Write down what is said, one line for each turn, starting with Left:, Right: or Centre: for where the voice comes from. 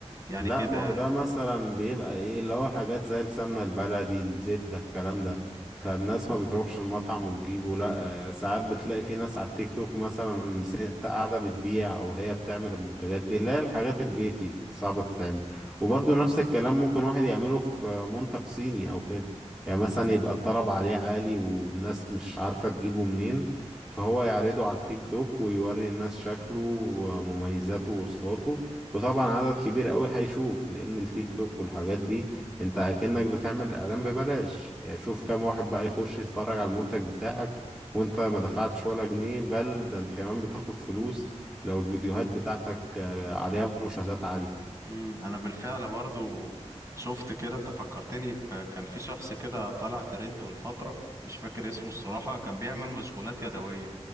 Right: يعني
Centre: لا
Right: كده
Centre: ما
Right: يعني
Centre: هو ده مثلا بيبقى ايه اللي هو الحاجات زي السمنة البلدي الزبدة الكلام ده فالناس ما بتروحش المطعم وتجيبه لا آه، ساعات بتلاقي في ناس على التيك توك مثلا ست قاعدة بتبيع او هي بتعمل المنتجات دي اللي هي الحاجات البيتي اللي صعبة تتعمل وبرضه
Right: اه
Centre: نفس الكلام ممكن واحد يعمله في منتج صيني او كده يعني مثلا يبقى الطلب عليه عالي والناس مش عارفة تجيبه منين فهو يعرضه على التيك توك ويوري الناس شكله ومميزاته ووصفاته وطبعا عدد كبير قوي هيشوف لان التيك توك والحاجات دي انت اكنك بتعمل اعلان ببلاش يعني شوف كام واحد بقى يخش يتفرج على المنتج بتاعك وانت ما دفعتش ولا جنيه بل ده انت كمان بتاخد فلوس لو الفيديوهات بتاعتك آه، عليها مشاهدات عالية
Right: امم انا بالفعل برضو شفت كده انت فكرتني ب... كان في شخص كده طالع ترند من فترة مش فاكر اسمه الصراحة كان بيعمل مشغولات يدوية